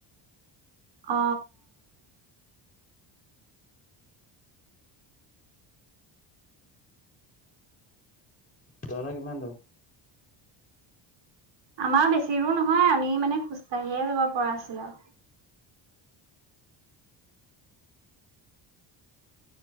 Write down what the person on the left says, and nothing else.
তৰা কিমান দূৰ।